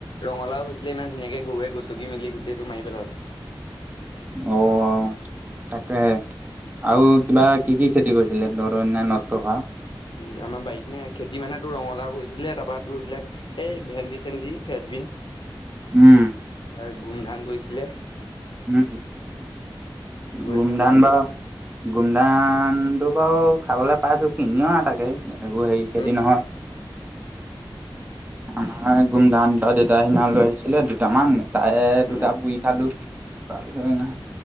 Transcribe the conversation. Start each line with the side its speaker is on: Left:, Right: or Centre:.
Left: ৰঙালাও হৈছিলে ইমান ধুনীয়াকে, গউৱে গছকি-মেলি গোটেইটো মাই পেলালে।
Right: অ', তাকেহে। আউ কিবা কি কি খেত কি কৰিছিলে তহঁতৰ <unintelligible> নষ্ট হোৱা?
Left: ই আমাৰ বাৰীত নে? খেতি মানে তোৰ ৰঙলাও কৰিছিলে, তাৰপা তোৰ এইবিলাক এই, ভেন্দি-চেন্দি, ফ্ৰেচ বিন।
Right: উম',
Left: আৰু গুমধান কইছিলে।
Right: উম',
Left: গৈ
Right: গুমধান
Left: খাই পেলালে
Right: বা গুমধানটো বাউ খাবলে পাইছো। কিনিওআ তাকে এইবোৰ হেৰি খেতি
Left: উম
Right: নহয়। আমাৰ গুমধান, ত দেতাই সিনা লৈ আহিছিলে দুটামান তাৰে
Left: উম
Right: দুটা পুই খালো। <unintelligible>